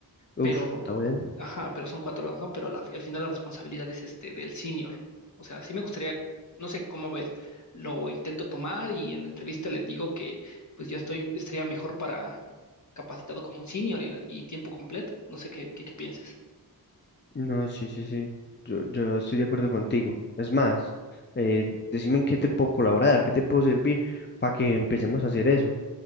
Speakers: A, on the left; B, on the left.
A: Uf,
B: pero,
A: está bien.
B: ajá, pero son cuatro horas, ¿no? Pero la- al final la responsabilidad es este del senior. O sea, sí me gustaría, no sé cómo ves, lo intento tomar y en la entrevista les digo que pues yo estoy, estaría mejor para capacitado como un senior y, la- y tiempo completo. No sé qué, qué, qué pienses.
A: No, sí, sí, sí, yo, yo estoy de acuerdo contigo. Es más, eh, decime en qué te puedo colaborar, qué te puedo servir para que empecemos a hacer eso.